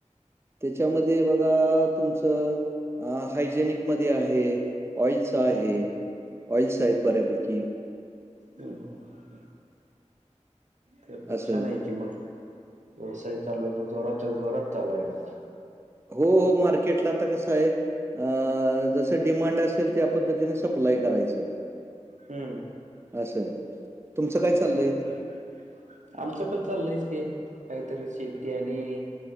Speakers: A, on the right; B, on the right.
A: त्याच्यामध्ये बघा तुमचं, हायजेनिक मध्ये आहे. ऑइलस
B: हम्म
A: आहे, ऑइल्स आहेत बऱ्यापैकी.
B: हम् हम, ते पण
A: असं.
B: छान आहे कि मग. व्यवसाय चालू आहे मग जोरात जोरात चालू आहे मग.
A: हो हो मार्केटला आता कसं आहे. अ जसं डिमांड असेल त्या पद्धतीने सप्लाय करायचं.
B: हम्म
A: असंया, तुमचं काय चाललंय?
B: चालू आहे का आमचं पण चाललंयच की काहीतरी शेती आणि